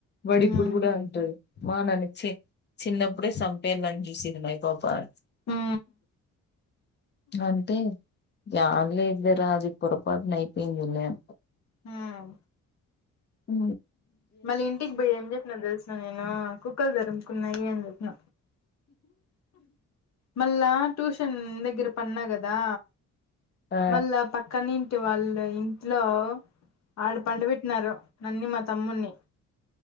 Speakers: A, on the left; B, on the left.
A: వాడి
B: హ్మ్
A: ఇప్పుడు కూడా అంటాడు వాన్ని చి చిన్నప్పుడే సంపేయాలని చూసింది ఈ పాప అని
B: ఉహు
A: అంటే జన్లే ఏంది రా అది పొరపాటున అయిపోయిందిలే అ
B: ఉహు
A: అ
B: మళ్ళీ ఇంటికి పోయి ఏం చెప్పిన తెలుసిన నేను కుక్కలు తారుముకున్నాయి అని చెప్పిన మళ్ళా ట్యూషన్ దగ్గర పడిన కదా
A: ఆ
B: మళ్ళా పక్కనంటి వాళ్ళు ఇంట్లో ఆడ పండా పెట్టినారు నాన్ని మా తమ్మున్ని